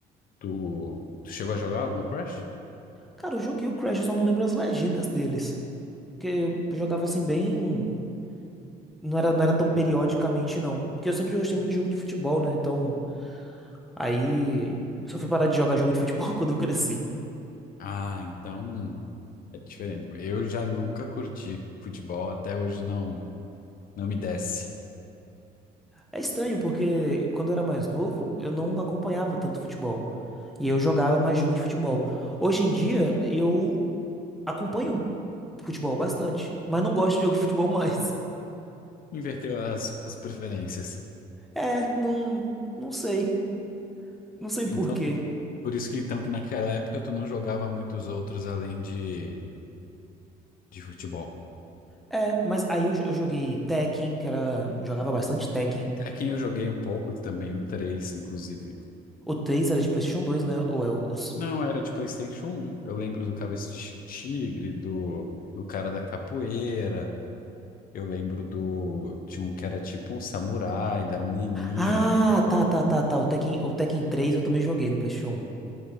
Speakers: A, on the left (about 55°); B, in the centre.
A: Tu, tu chegou a jogar algum Crash?
B: Cara, eu joguei o Crash, eu só não lembro as legendas deles. Porque eu jogava assim bem. Não era, não era tão periodicamente, não. Porque eu sempre gostei muito de jogo de futebol, né? Então, aí. Só fui parar de jogar jogo de futebol <laughs> quando eu cresci.
A: Ah, então é diferente. Eu já nunca curti futebol, até hoje não, não me desce.
B: É estranho, porque quando eu era mais novo, eu não acompanhava tanto futebol. E eu jogava mais jogo de futebol. Hoje em dia, eu acompanho Futebol bastante, mas não gosto de jogo de <laughs> futebol mais.
A: Inverteu as, as preferências.
B: É, não, não sei, não sei
A: Então,
B: por quê.
A: por isso que então que naquela época tu não jogava muitos outros além de, de futebol.
B: É, mas aí eu, jo- eu joguei Tekken, que era, jogava bastante Tekken.
A: É quem eu joguei um pouco também, o 3 inclusive.
B: O 3 era de PlayStation 2, né? Ou é o- os
A: Não, era de PlayStation um. Eu lembro do Cabeça de Chi- Tigre, do, do cara da capoeira. Eu lembro do, de um que era tipo um samurai, da menininha.
B: Ah, tá, tá, tá, tá. O Tekken, o Tekken três eu também joguei no PlayStation 1.